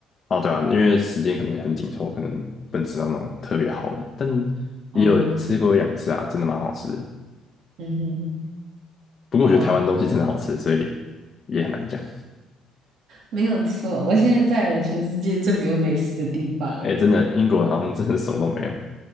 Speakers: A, on the left (about 30°); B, on the right (about 60°).
A: 哦，对啊，因为时间可能也很紧凑，可能不能吃到那种特别好的，但也有吃过一两次啊，
B: 哦，
A: 真的蛮好吃的。
B: 嗯哼，
A: 不过我觉得台湾东西真的好吃，
B: 好啊，
A: 所以也很难讲。
B: 没有错。我现在在了全世界最没有美食的地方。
A: 哎，真的，英国好像真的什么都没有，